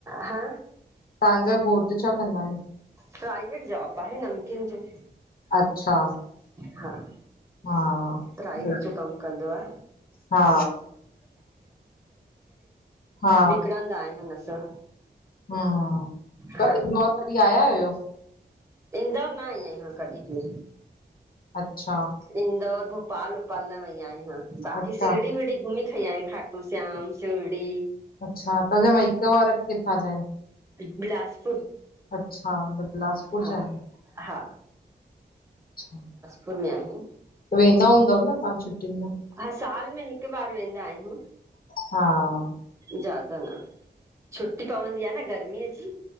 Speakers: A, on the right; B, on the left.
A: हा
B: तहांजा घोट छा कंदा आहिनि?
A: प्राइवेट जॉब आहें नमकीन जो।
B: अच्छा
A: हा।
B: हा
A: प्राइस
B: सही
A: जो कमु कंदो आ।
B: हा हा
A: विकणंदा आहिन असां।
B: तंहां
A: हा
B: इंदौर कॾी आया आयो?
A: इंदौर न आई आंयां कॾहिं बि।
B: अच्छा
A: इंदौर, भोपाल भोपाल न वई आहियां बाक़ी
B: अच्छा
A: शीरडी वीरढ़ी घुमी थीं आई अया खाटू श्याम शिरड़ी
B: अच्छा तव्हांजा माइके वारा किथां जा आहिंनि?
A: बिलासपुर।
B: अच्छा बिलासपुर
A: हा
B: जा
A: हा
B: अच्छा
A: पुनः हुं <unintelligible>
B: वेंदा हूंदव न तव्हां छुट्टियुनि में?
A: हां साल में हिक बार वेंंदा आहियूं।
B: हां
A: ज्यादा न छुंटी पवंदी आहे न गर्मीअ जी।